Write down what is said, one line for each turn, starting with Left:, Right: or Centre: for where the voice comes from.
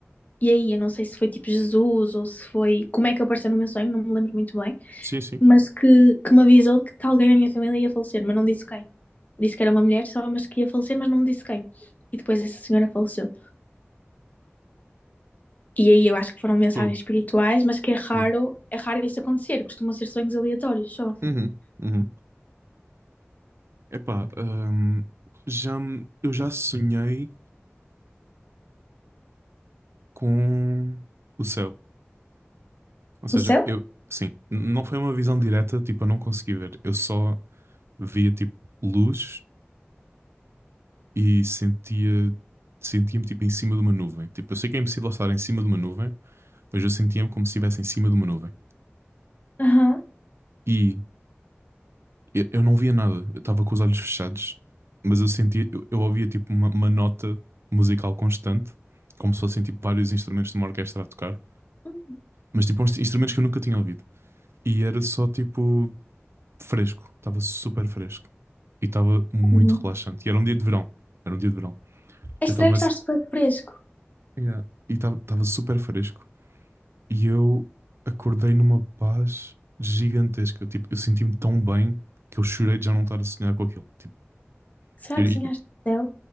Left: E aí, eu não sei se foi tipo Jesus ou se foi. Como é que apareceu no meu sonho, não me lembro muito bem.
Right: Sim, sim.
Left: Mas que, que me avisou que alguém na minha família ia falecer, mas não disse quem. Disse que era uma mulher só, mas que ia falecer, mas não me disse quem. E depois essa senhora faleceu. E aí eu acho que foram mensagens
Right: Fogo,
Left: espirituais, mas que é raro,
Right: fogo.
Left: é raro isso acontecer. Costumam ser sonhos aleatórios só.
Right: Uhum. Uhum. Epá, hum, já, me- eu já sonhei com o céu. Ou seja,
Left: O céu?
Right: eu, sim, n- não foi uma visão direta, tipo, eu não consegui ver. Eu só via, tipo, luz e sentia, sentia-me, tipo, em cima de uma nuvem. Tipo, eu sei que é impossível estar em cima de uma nuvem, mas eu sentia-me como se estivesse em cima de uma nuvem.
Left: Aham.
Right: E eu, eu não via nada, eu estava com os olhos fechados, mas eu sentia, eu, eu ouvia, tipo, uma, uma nota musical constante, como se fossem, tipo, vários instrumentos de uma orquestra a tocar.
Left: Uhum.
Right: Mas, tipo, uns instrumentos que eu nunca tinha ouvido. E era só, tipo. fresco, estava super fresco e estava muito
Left: Uhum.
Right: relaxante. E era um dia de verão, era um dia de verão.
Left: É
Right: Eu
Left: estranho
Right: estava mas
Left: que estás super fresco.
Right: yeah, e estava estava super fresco e eu acordei numa paz gigantesca. Tipo, eu senti-me tão bem que eu chorei de já não estar a sonhar com aquilo. Tipo,
Left: Será
Right: e eu,
Left: que
Right: e-
Left: sonhaste o céu?